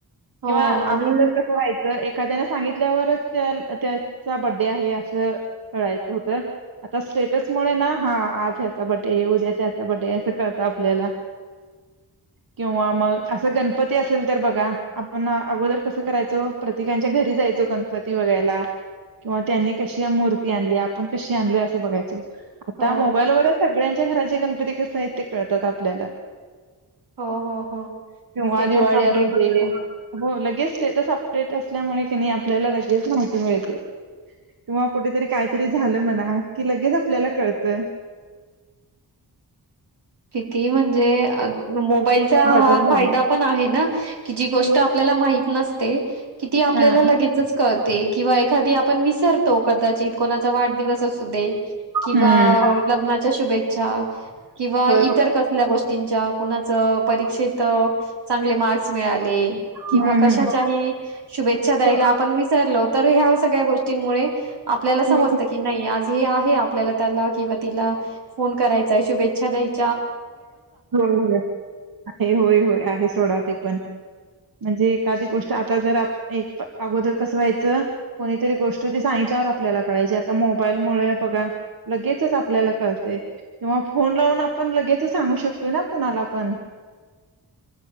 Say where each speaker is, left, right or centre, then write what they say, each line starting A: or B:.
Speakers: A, on the right; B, on the right.
A: हो
B: किंवा
A: आणि
B: अगोदर कसं व्हायचं एक एखाद्याने सांगितल्यावरच त्या त्याचा बडडे आहे असं कळायचं हो आता स्टेटसमुळे ना हा आज ह्याचा बर्डे उद्या हचा बर्डे असं कळत आपल्याला किंवा मग असं गणपती असेल तर बघा आपण अगोदर कसं करायचो प्रत्येकांच्या घरी जायचो गणपती वगायला किंवा त्यांनी कशी मूर्ती आणली पण कशी आणलय असं बघायचो आता
A: हो,
B: मोबाईल व सगळ्यां च्या घराचे गणपती क साहित कळतात आपल्याला
A: हो, हो, हो.
B: किंव्हा
A: स्टेटस
B: दिवाळी
A: अपडेट
B: असली.
A: असतं.
B: स्टेटस अपडेट्स असल्यामुळे की नाही आपल्याला लगेच माहीत मिळते <unintelligible> कुठे तरी झालं म्हणा की लगेच आपल्याला कळत
A: किती म्हणजे मोबाईलचा
B: की बदल
A: हा
B: झाले
A: फायदा पण आहे ना कि जी गोष्ट
B: होय
A: आपल्याला
B: होय.
A: माहित नसते कि ती आपल्याला
B: हा.
A: लगेचच कळते किंवा एखादी आपण विसरतो कदाचित कोणा वाढदिवस असू दे किंवा
B: हम्म.
A: लग्नाच्या शुभेच्छा किंवा
B: होय होय.
A: इतर कसल्या गोष्टींच्या कुणाच परीक्षेत चांगले मार्क्स मिळाले. किंवा
B: हम्म
A: कशाही
B: हम्म.
A: शुभेच्छा द्यायला
B: होय.
A: आपण विसरलो तर ह्या सगळ्या गोष्ट मुळे आपल्याला समजत
B: होय
A: की नाही आज हे आहे. आपल्याला त्याला किंवा तिला फोन करायचा आहे. शुभेच्छा चछदे <unintelligible>
B: होय होय आहे होय होय आहे सोडा ते म्हणजे एखादी गोष्ट आता जर अगोदर कसं व्हायचं कोणीतरी गोष्ट ती सांगितल्यावर आपल्याला कळायची आता मोबाईल मुळे बघा लगेचच आपल्याला कळतय किंवा फोन लावून पण लगेच सांगू शकतोय ना कुणाला पण